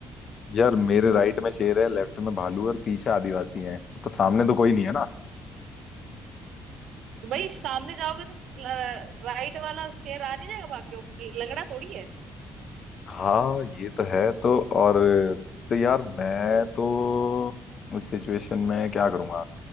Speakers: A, on the left; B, on the right.
A: यार मेरे राइट में शेर है लेफ्ट में भालू है और पीछे आदिवासी हैं तो सामने तो कोई नहीं है ना
B: तो भाई सामने जाओगे तो राइट वाला शेर आ नहीं जाएगा भाग के वो लंगड़ा थोड़ी है
A: हाँ ये तो है तो और तो यार मैं तो इस सिचुएशन में क्या करूंगा